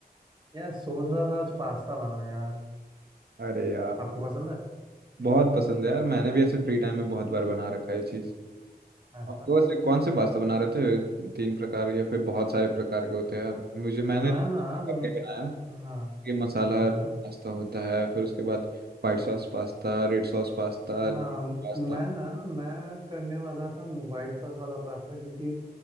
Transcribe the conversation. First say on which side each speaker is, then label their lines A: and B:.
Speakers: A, on the right; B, on the right.
A: यार सोच रहा था आज पास्ता बनाऊँ यार
B: अरे यार
A: आपको पसंद है
B: बहुत पसंद है यार मैंने भी ऐसे फ्री टाइम में बहुत बार बना रखा है ये चीज
A: अच्छा
B: और वो ऐसे कौन से पास्ता बना रहे थे तीन प्रकार या फिर बहुत सारे प्रकार के होते हैं यार मुझे मैंने
A: मैं
B: अपने
A: ना मैं
B: बनाया
A: हाँ
B: कि मसाला
A: हाँ हाँ
B: पास्ता होता है फिर उसके बाद white sauce pasta red sauce pasta
A: हाँ
B: pasta
A: मैं ना मैं करने वाला था वाइट सॉस वाला पास्ता क्योंकि